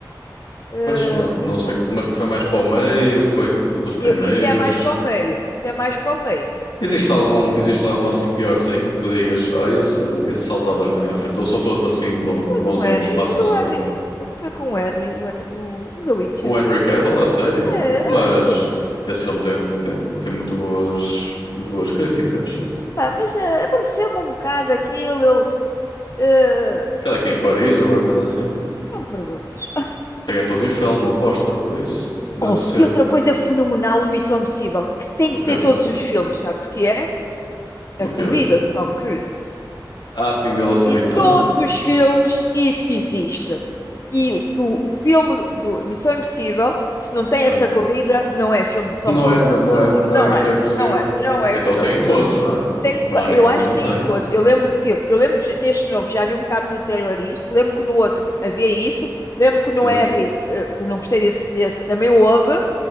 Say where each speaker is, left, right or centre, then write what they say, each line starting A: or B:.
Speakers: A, on the left; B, on the left.
A: Eh,
B: pois, não, não sei. Mas foi mais para o meio, foi tipo dos primeiros.
A: eu- isto é mais para o meio. Isso é mais para o meio.
B: Existe algum, existe algum assim piorzinho que tu digas, ah, esse, esse saltavas bem à frente, ou são todos assim bo-
A: Eh, foi
B: bonzinhos,
A: de um R.
B: passam-se
A: Eu do
B: bem.
A: R. O que foi com o R? O, R, o, o The Witcher.
B: O Henry Cavill, a sério,
A: É,
B: mas
A: assim,
B: esse filme tem, tem, tem muito boas, muito boas críticas.
A: pá, mas eh, apareceu-me um bocado aquilo. Eles, eh,
B: Aquela que é em Paris ou alguma coisa assim.
A: não me perguntes.
B: Tem a Torre Eiffel no póster, por isso. Deve
A: Oh,
B: ser.
A: e outra coisa fenomenal, Missão Impossível, que tem
B: O
A: que
B: quê?
A: ter todos os filmes, sabes o que é?
B: No
A: A corrida
B: quê?
A: de Tom Cruise.
B: Ah, sim, dele a se printar?
A: Em todos os filmes isso existe. E o, o- o filme do Missão Impossível, se não tem
B: Sim.
A: essa corrida, não é filme
B: <laughs>
A: do Tom
B: Não
A: Cruise
B: é, não
A: de Missão
B: é,
A: Impossível.
B: não
A: Não
B: é Missão
A: é,
B: Impossível.
A: não é, não é
B: Então
A: Missão
B: tem
A: Impossível.
B: em todos, não é?
A: Tem, co-
B: Não há nenhum
A: eu acho
B: que não
A: que tem
B: tenha.
A: em todos. Eu lembro que, eu lembro que neste novo já vi um bocado no trailer isso, lembro que no outro havia isso, lembro
B: sim
A: que no R, eh, que eu não gostei desse, desse também houve.